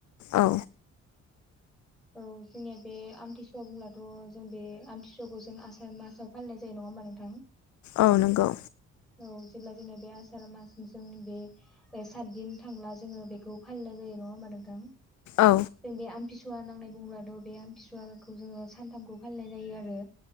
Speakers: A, on the left; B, in the centre.
A: औ
B: औ जोंनिया बे आमथिसुवा बुंब्लाथ' जों बे आमथिसुवाखौ जों आसार मासाव फालिनाय जायो नङा म मानि थां
A: औ नंगौ
B: औ जेब्ला जोंना बे आसार मासजों बे सात दिन थांब्ला जोङो बेखौ फालिनाय जायो
A: औ
B: नों आमसुवा नांनाय बुंग्राथ बे आमथिसुवाखौ जोंङो सानथामखौ फालिनाय जायो आरो